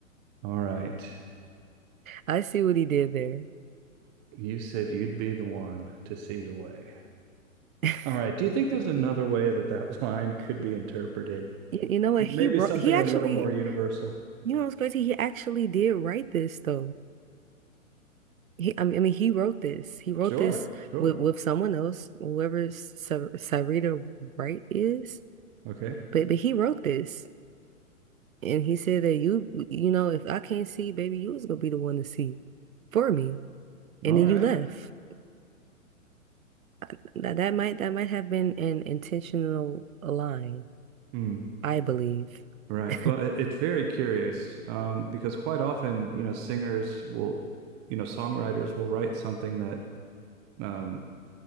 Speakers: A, on the right; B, on the right.
A: All right.
B: I see what he did there.
A: You said you'd be the one to see the way.
B: <laughs>
A: All right. Do you think there's another way that that <laughs> line could be interpreted?
B: You, you know what?
A: Maybe
B: He wrote,
A: something
B: he actually,
A: a little more universal?
B: you know what's crazy? He actually did write this though. He, I mean, I mean, he wrote this. He wrote
A: Sure,
B: this
A: sure.
B: with with someone else, whoever Sa- Sarita Wright is.
A: Okay.
B: But but he wrote this, and he said that you, you know, if I can't see, baby, you was gonna be the one to see for me. and
A: All
B: then
A: right.
B: you left. Uh, That, that might that might have been an intentional line,
A: Hmm.
B: I believe.
A: Right.
B: <laughs>
A: Well, it- it's very curious um, because quite often, you know, singers will, you know, songwriters will write something that um,